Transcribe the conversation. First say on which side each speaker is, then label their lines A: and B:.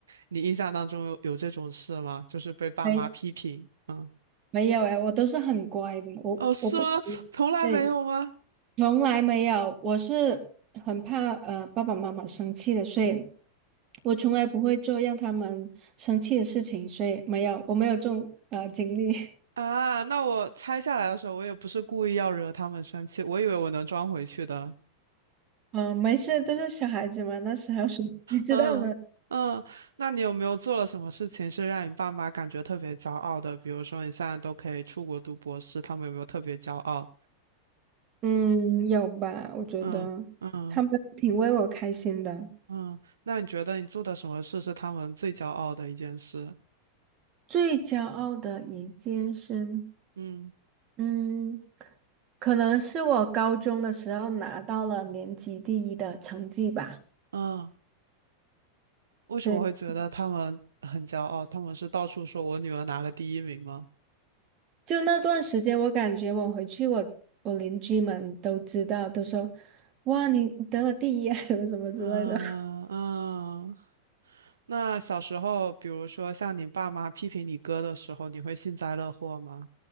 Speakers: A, on the right; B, on the right.
A: 你印象当中有有这种事吗？就是被爸妈批评？
B: <laughs> 没
A: 嗯，
B: 没有哎，我都是很乖的，我我不。
A: 哦，是吗？从从来没有吗？
B: 对。从来没有，我是很怕呃爸爸妈妈生气的，所以我从来不会做让他们生气的事情，所以没有，我没有这种呃经历。<laughs>
A: 啊，那我拆下来的时候，我也不是故意要惹他们生气，我以为我能装回去的。
B: 嗯，没事，都是小孩子嘛，那时候谁谁知道呢？
A: 嗯嗯，那你有没有做了什么事情是让你爸妈感觉特别骄傲的？比如说你现在都可以出国读博士，他们有没有特别骄傲？
B: 嗯，有吧？我觉得他们挺为我开心的。
A: 嗯嗯嗯，那你觉得你做的什么事是他们最骄傲的一件事？
B: 最骄傲的一件事，
A: 嗯
B: 嗯，可能是我高中的时候拿到了年级第一的成绩吧。
A: 嗯，为什么会觉得他们很骄傲？
B: 这
A: 他们是到处说我女儿拿了第一名吗？
B: 就那段时间，我感觉我回去我，我邻居们都知道，都说：“哇，你你得了第一啊，<laughs> 什么什么之类的。”
A: 嗯嗯。那小时候，比如说像你爸妈批评你哥的时候，你会幸灾乐祸吗？